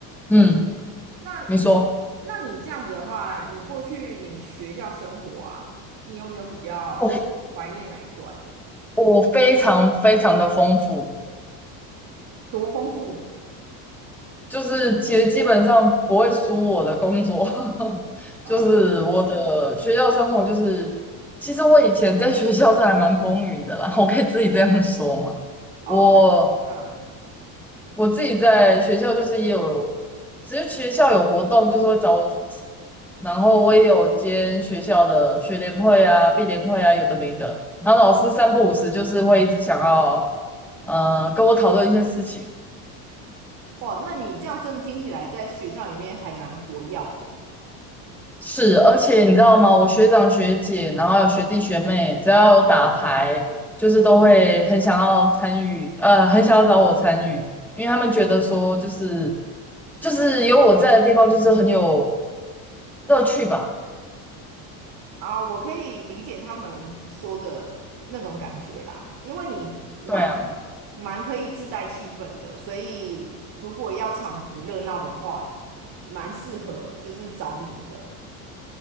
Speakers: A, in the centre; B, on the right.
A: 嗯，
B: 那那
A: 你说。
B: 那你这样子的话，你过去你学校生活啊，你有没有比较怀念哪一段？
A: 哦我非常非常的丰富，
B: 多丰富
A: 就是其实基本上不会输我的工作，<laughs>
B: 啊！
A: 就是我的学校生活就是，其实我以前在学校是还蛮风云的啦，<laughs> 我可以自己这样说嘛。
B: 哦，
A: 我
B: 对，嗯，
A: 我自己在学校就是也有，只是学校有活动就是会找我主持，然后我也有兼学校的学联会啊、毕联会啊，有的没的。然后老师三不五时就是会一直想要呃跟我讨论一些事情。
B: 哇，那你这样真的听起来在学校里面还蛮活跃的诶。
A: 是，而且你知道吗？我学长学姐，然后还有学弟学妹，只要有打牌，就是都会很想要参与，呃，很想要找我参与，因为他们觉得说，就是就是有我在的地方，就是很有乐趣吧。
B: 啊，我可以理解他们说的那种感觉啦，因为你蛮
A: 对啊，
B: 蛮可以自带气氛的，所以如果要场子热闹的话，蛮适合就是找你的